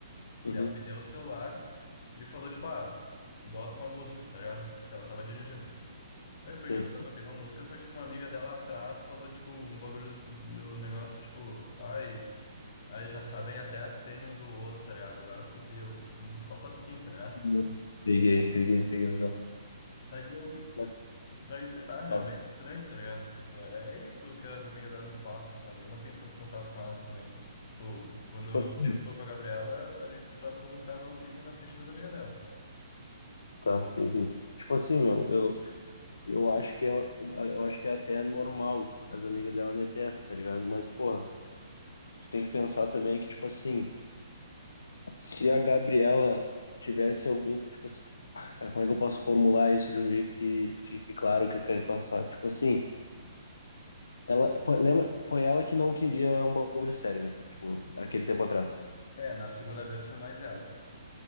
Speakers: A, on the left; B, on the left.
A: Daí
B: Uhum,
A: ela me deu o celular e falou, tipo, ah, bota uma música, tá ligado? Tipo, que ela tava dirigindo. Aí eu peguei
B: sim.
A: o celular, botei uma música, só que, tipo, uma amiga dela atrás falou, tipo, um bagulho do negócio, tipo, ai. Aí já sabem até a senha um do outro, tá ligado? Agora fudeu. Tipo, uns papos assim, tá ligado?
B: Hum. Peguei, peguei, peguei a visão.
A: Aí eu.
B: Mas,
A: Aí sei lá, meu,
B: ó,
A: é meio estranho, tá ligado? Tipo, é, é isso que as amigas dela me passam, sabe? Eu não tenho tanto contato com elas também. Tipo, quando
B: tipo assim,
A: eu, eu tô com a Gabriela, a gente se trata como um casalzinho na frente das amigas dela.
B: tá, peguei. Tipo assim, meu, eu, eu acho que é, eu acho que é até normal as amigas dela meter essa, tá ligado? Mas, porra, tu tem que pensar também que, tipo assim, se a Gabriela tivesse algum, tipo assim, ah, cara, como é que eu posso formular isso de um jeito que fique claro o que eu quero passar? Tipo assim, ela, foi, lembra, foi ela que não queria um bagulho sério, né? Tipo, aquele tempo atrás.
A: É, na segunda vez foi mais ela.